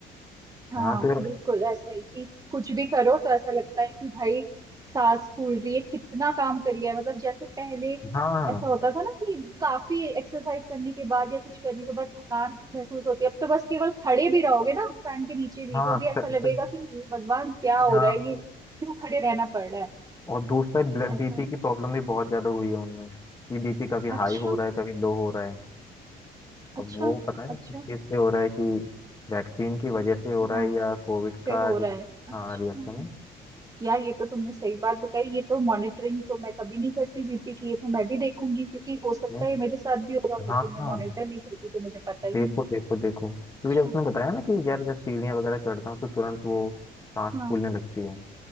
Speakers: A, on the right; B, on the left.
A: हाँ
B: हाँ तो यार
A: बिल्कुल ऐसा ही कि कुछ भी करो तो ऐसा लगता है कि भाई सांस फूल रही है कितना काम कर लिया है। मतलब जैसे पहले
B: हाँ
A: ऐसा होता था ना कि काफी एक्सरसाइज करने के बाद या कुछ करने के बाद थकान महसूस होती है अब तो बस केवल खड़े भी रहोगे ना फैन के नीचे भी
B: हाँ
A: तो भी ऐसा
B: स-
A: लगेगा
B: स-
A: कि ये भगवान क्या हो
B: हाँ
A: रहा है
B: कि-
A: ये क्यों खड़े रहना पड़ रहा
B: और दूसरा
A: है
B: बीपी
A: ऐसा
B: की प्रॉब्लम भी बहुत ज्यादा हुई है उनमें कि बीपी कभी
A: अच्छा
B: हाई हो रहा है कभी लो हो रहा है अब
A: अच्छा
B: वो पता नहीं
A: अच्छा
B: किस चीज से हो रहा है कि वैक्सीन की वजह से हो
A: हाँ
B: रहा है या कोविड
A: से
B: का
A: हो
B: रि-
A: रहा है अच्छा
B: हाँ रिएक्शन है
A: यार ये तो तुमने सही बात बताई ये तो मॉनिटरिंग तो मैं कभी नहीं करती बीपी की ये तो मैं भी देखूंगी क्योंकि हो सकता
B: नहीं
A: है ये मेरे साथ भी हो रहा हो लेकिन
B: हाँ
A: मैं
B: हाँ
A: मॉनिटर नहीं करती तो मुझे पता ही
B: देखो
A: नहीं
B: देखो देखो क्योंकि
A: अच्छा
B: जब उसने बताया ना कि
A: अच्छा,
B: यार जब सीढ़ियाँ वगैरह चढ़ता हूँ तो तुरंत वो सांस
A: हाँ
B: फूलने लगती है